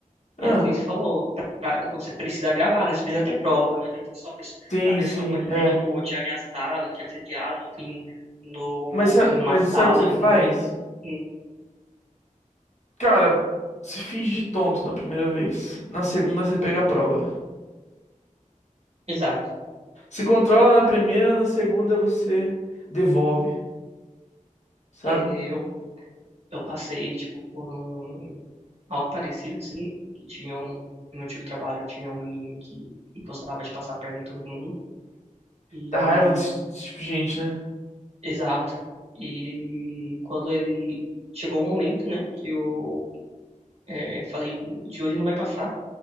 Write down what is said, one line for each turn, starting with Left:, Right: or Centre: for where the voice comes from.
Left: Ah,
Right: é que nem você falou, pra- pra- você precisa gravar, né? Você precisa ter prova, não adianta só a pessoa,
Left: sim,
Right: a pessoa
Left: sim,
Right: pode
Left: é.
Right: ter tipo te ameaçado, te assediado assim no
Left: Mas, sa-
Right: em uma
Left: mas sabe
Right: sala,
Left: o que você
Right: em
Left: faz?
Right: algum ambiente. Hum,
Left: Cara, você finge de tonto na primeira vez. Na segunda você pega a prova.
Right: exato.
Left: Se controla na primeira, na segunda você devolve, sabe?
Right: É, eu eu passei tipo por um algo parecido assim, que tinha um, no meu antigo trabalho tinha um menino que gostava de passar a perna em todo mundo e
Left: Dá raiva desse, desse tipo de gente, né?
Right: Exato. E quando ele chegou um momento, né, que eu é, falei de hoje não vai passar.